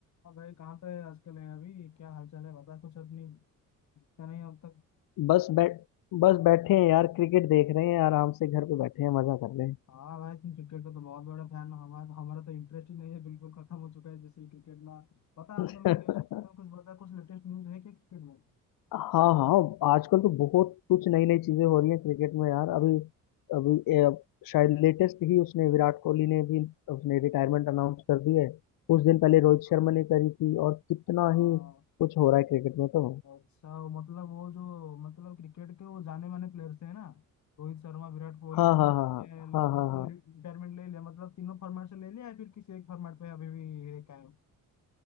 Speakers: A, on the left; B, on the left.
A: हाँ भाई कहाँ पे आजकल है अभी क्या हालचाल है बता कुछ अपनी क्या नहीं अब तक
B: बस बैठ बस बैठे हैं यार क्रिकेट देख रहे हैं आराम से घर पे बैठे हैं मजा कर रहे
A: हाँ भाई तुम क्रिकेट का तो बहुत बड़ा फैन हो हमारा हमारा तो इंटरेस्ट ही नहीं है बिल्कुल खत्म हो चुका है जैसे ही क्रिकेट ना पता है आजकल
B: हैं
A: की न्यूज
B: <laughs>
A: कुछ बता कुछ लेटेस्ट न्यूज है क्या क्रिकेट में
B: हाँ हाँ आजकल तो बहुत कुछ नई नई चीजें हो रही हैं क्रिकेट में यार अभी अभी ए, शायद लेटेस्ट ही उसने विराट कोहली ने भी उसने रिटायरमेंट अनाउंस कर दी है कुछ दिन
A: अच्छा
B: पहले रोहित शर्मा ने करी थी और कितना
A: हाँ
B: ही कुछ हो रहा है क्रिकेट में तो
A: अच्छा वो मतलब वो जो मतलब क्रिकेट के वो जाने माने प्लेयर्स हैं ना रोहित शर्मा विराट कोहली
B: हाँ
A: उन
B: हाँ
A: लोग
B: हाँ
A: ने
B: हाँ हाँ
A: मतलब
B: हाँ हाँ
A: रिटायरमेंट ले लिया मतलब तीनों फॉर्मेट से ले लिया या फिर किसी एक फॉर्मेट पे अभी भी है कायम